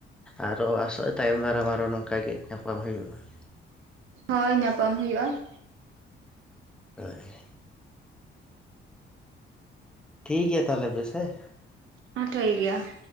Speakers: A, in the centre; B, on the right (about 80°).
A: ᱟᱨᱚ ᱟᱥᱚᱜ ᱛᱟᱭᱚᱢ ᱫᱟᱨᱟᱢ ᱟᱨᱚ ᱱᱚᱝᱠᱟ ᱜᱮ ᱧᱟᱯᱟᱢ ᱦᱩᱭᱩᱜᱼᱟ ᱾
B: ᱦᱳᱭ ᱧᱟᱯᱟᱢ ᱦᱩᱭᱩᱜᱼᱟ ᱾
A: ᱦᱳᱭ ᱾ ᱴᱷᱤᱠ ᱜᱮᱭᱟ ᱛᱟᱦᱚᱞᱮ ᱵᱮᱥᱮ ᱾
B: ᱟ ᱴᱷᱤᱠ ᱜᱮᱭᱟ ᱾